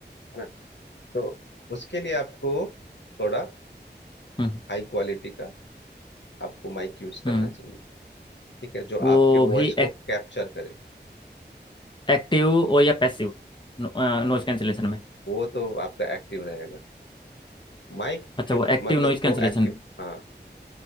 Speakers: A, on the left; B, on the left.
A: है ना तो उसके लिए आपको थोड़ा
B: हम्म
A: हाई क्वालिटी का आपको माइक यूज करना
B: हम्म
A: चाहिए ठीक है जो
B: वो
A: आपके वॉइस
B: भी एक,
A: को कैप्चर करे
B: एक्टिव और या पैसिव नॉइज कैंसिलेशन में
A: वो तो आपका एक्टिव रहेगा माइक
B: अच्छा
A: शुड
B: वो एक्टिव
A: मतलब
B: नॉइज कैंसिलेशन
A: को एक्टिव हाँ